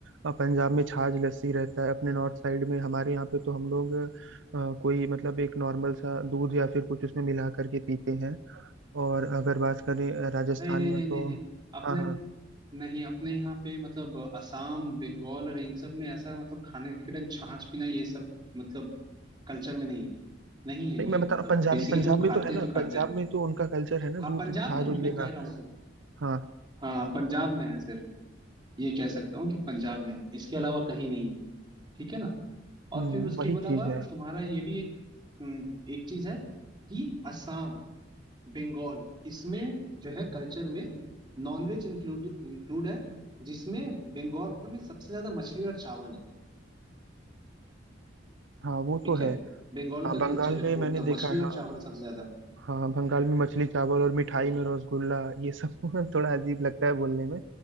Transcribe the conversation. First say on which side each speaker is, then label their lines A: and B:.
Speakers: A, on the right; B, on the right.
A: अ, पंजाब में छाछ लस्सी रहता है अपने नॉर्थ साइड में हमारे यहाँ पे तो हम लोग अ, कोई मतलब एक नॉर्मल सा दूध या फिर कुछ उसमें मिला करके पीते हैं और अगर बात करें अ, राजस्थान
B: नहीं नहीं
A: में
B: नहीं नहीं
A: तो
B: नहीं नहीं अपने
A: हाँ हाँ
B: नहीं अपने यहाँ पे मतलब असम बंगाल और इन सब में ऐसा मतलब खाने के टाइम छाछ पीना ये सब मतलब कल्चर में नहीं है नहीं है ये
A: नहीं मैं बता
B: मतलब
A: रहा हूँ पंजाबी
B: बेसिकली
A: पंजाब
B: वो
A: में
B: खाते
A: तो है ना
B: हैं तो
A: पंजाब
B: खाते हैं
A: में तो उनका कल्चर है ना
B: हाँ
A: दूध
B: पंजाब
A: छाछ
B: में है
A: उछ
B: मैं
A: लेना
B: कह रहा हूँ तो
A: हाँ
B: हाँ पंजाब में है सिर्फ ये कह सकता हूँ कि पंजाब में है इसके अलावा कहीं नहीं है ठीक है ना और
A: हम्म,
B: फिर उसके
A: वही
B: अलावा
A: चीज है
B: तुम्हारा ये भी एक हम्म, एक चीज है कि असम बंगाल इसमें जो है कल्चर में नॉनवेज इंक्लूड इंक्लूड है जिसमें बंगाल में सबसे ज्यादा मछली और चावल है
A: हाँ वो
B: ठीक
A: तो
B: है
A: है
B: बंगाल
A: हाँ
B: का
A: बंगाल
B: कल्चर है
A: में
B: फूड
A: मैंने
B: का
A: देखा
B: मछली
A: है हाँ
B: और चावल सबसे ज्यादा
A: हाँ बंगाल में मछली चावल और मिठाई में रसगुल्ला ये सब <laughs> थोड़ा अजीब लगता है बोलने में